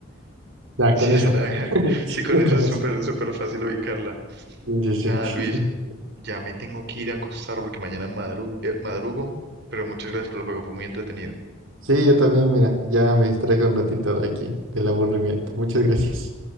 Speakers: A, on the right; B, on the right.
A: <laughs>
B: Ya,
A: sí
B: con eso.
A: es una abeja.
B: <laughs>
A: Sí, con eso
B: Con
A: es súper,
B: eso.
A: súper fácil ubicarla.
B: Sí, sí,
A: Nada,
B: sí.
A: Luis,
B: <laughs>
A: ya me tengo que ir a acostar porque mañana madru- eh, madrugo, pero muchas gracias por el juego, fue muy entretenido.
B: Sí, yo también, mira, ya me distraje un ratito de aquí, del aburrimiento. Muchas gracias.